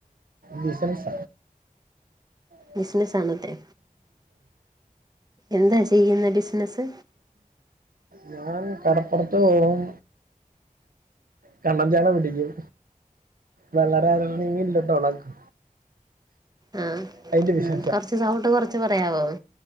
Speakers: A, on the right; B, on the right.
A: ബിസിനസ <unintelligible> <unintelligible>
B: ബിസിനസ് ആണല്ലേ എന്താ ചെയ്യുന്ന ബിസിനസ്
A: ഞാൻ കടപ്പുറത്ത് പോവും കണ്ണൻ ചാള പിടിക്കും വെള്ളരാരണയിൽ ഇട്ട് ഒണക്കു
B: ആ
A: അയിന്റെ ബിസി
B: കൊറച്ച് സൗണ്ട് കൊറച്ച് പറയാവോ